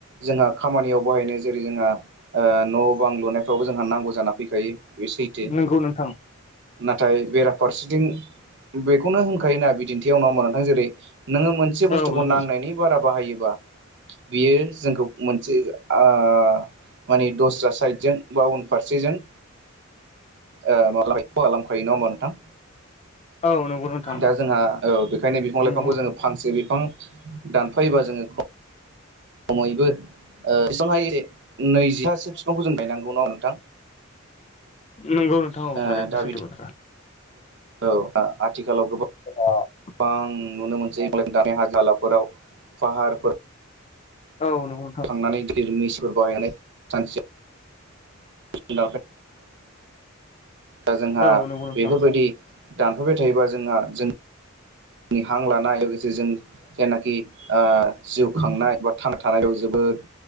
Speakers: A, on the right (about 60°); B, on the left (about 30°).
A: जोंहा खामानियाव बाहायनो जेरै जोंहा न' बां लुनाय थावबो जोंहा नांगौ जाना फैखायो बे सैथो
B: नंगौ नोंथां
A: नाथाय बेराफारसेथिं बेखौनो होनखायोना बिदिन्थियावनाव नोंथां जेरै नोङो मोनसे मोनसे
B: औ
A: बुस्थुखौ
B: नंगौ
A: नांनायनि बारा बाहायोबा बियो जोंखौ मोनसे आ,,, माने दस्रा साइडजों बा उन फारसेजों ओ <unintelligible> नोंथां।
B: औ नंगौ नोंथां
A: दा जोंहा ओ बेखायनो बिफां
B: नंगौ
A: लाइफांखौ जोङो फांसे बिफां दानफायोबा जोङो खमैबो बेसेबांहाय नैजिथासो बिफांखौ जों गायनांगौ <inaudible> नोंथां।
B: नोंगौ नोंथाङाऔ
A: ओ
B: थारैनो
A: दा
B: सैथो बाथ्रा।
A: औ आथिखालाव गोबां।
B: <unintelligible>
A: गोबां नुनो मोनसै दानाय <unintelligible>
B: औ नोंथां।
A: <unintelligible> <unintelligible> दा जोंहा
B: औ नंगौ नोंथां
A: बेफोरबायदि दानफाबबाय थायोबा जोंहा जोंनि हां लानाय लोगोसे जों जायनाखि जिउ खांनाय बा <unintelligible> खैफोद